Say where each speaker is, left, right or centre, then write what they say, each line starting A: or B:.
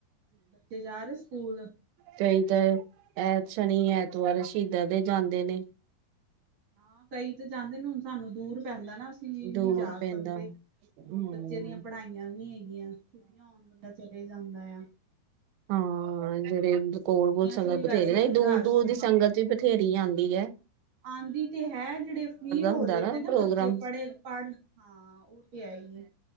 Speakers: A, on the right; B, on the right.
A: ਬੱਚੇ ਜਾਂ ਰਹੇ ਸਕੂਲ?
B: ਕਈ ਤੇ ਐਤ, ਸ਼ਨੀ -ਐਤਵਾਰ ਸ਼ਹੀਦਾਂ ਦੇ ਜਾਂਦੇ ਨੇ,
A: ਹਾਂ, ਕਈ ਤੇ ਜਾਂਦੇ ਨੇ, ਹੁਣ ਸਾਨੂੰ ਦੂਰ ਪੈਂਦਾ ਨਾਂ, ਅਸੀ
B: ਦੂਰ
A: ਨਹੀਂ ਜਾ
B: ਪੈਂਦਾ।
A: ਸਕਦੇ,
B: ਹੂੰ
A: ਬਚਿਆਂਦੇ ਪੜ੍ਹਾਈਆਂ ਵੀ ਹੈਗੀਆਂ, ਛੁੱਟੀਆਂ ਹੋਣ ਤੇ ਚਲੇ ਜਾਂਦਾ ਆ।
B: ਹਾਂ ਜਿਹੜੇ,
A: ਛੁੱਟੀਆਂ
B: ਕੋੋਲ- ਕੋਲ ਸੰਗਤ
A: ਚ ਵੀ
B: ਬਥੇਰੀ,
A: ਵੈਸੇ
B: ਨਈ। ਦੂਰ-
A: ਰਸ਼
B: ਦੂਰ ਦੀ ਸੰਗਤ ਵੀ, ਬਥੇਰੀ ਆਉਂਦੀ ਆ
A: ਆਦੀ ਤੇ ਹੈ, ਜਿਹੜੇ ਫ੍ਰਰੀ ਹੋ
B: ਹੁੰਦਾ
A: ਜਾਂਦੇ
B: ਨਾ
A: ਨੇ,
B: ਪ੍ਰੋਗਰਾਮ
A: ਬੱਚੇ ਪੜੇ ਪੜ ਹਾਂ, ਉਹ ਤੇ ਹੈਂ ਏ